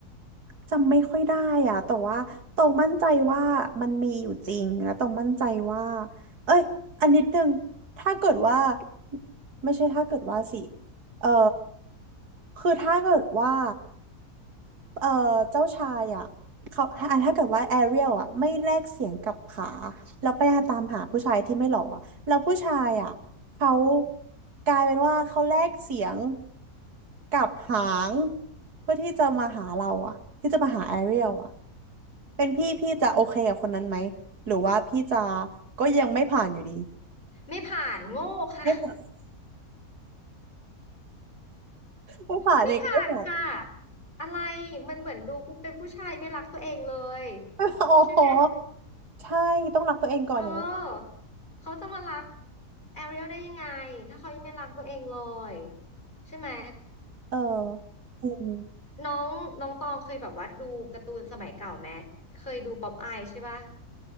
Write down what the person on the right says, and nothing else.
จำไม่ค่อยได้อะแต่ว่าตรงมั่นใจว่ามันมีอยู่จริงแล้วตรงมั่นใจว่าเอ้ยอันนิดนึงถ้าเกิดว่าไม่ใช่ถ้าเกิดว่าสิเออคือถ้าเกิดว่า เอ่อเจ้าชายอ่ะเขาอ่ะถ้าเกิดว่าแอเรียลอ่ะไม่แลกเสียงกับขาแล้วไปตามหาผู้ชายที่ไม่หล่ออะแล้วผู้ชายอ่ะเขากลายเป็นว่าเขาแลกเสียงกับหางเพื่อที่จะมาหาเราอ่ะที่จะมาหาแอเรียลอ่ะเป็นพี่พี่จะโอเคกับคนนั้นไหมหรือว่าพี่จะก็ยังไม่ผ่านอยู่ดี
ไม่ผ่านไม่ผ่านอีกไม่ผ่าน
<laughs> ไม่ผ่าน <laughs> โอ้โห
ใช่ต้องรักตัวเองก่อนอย่างแรก
เออจริง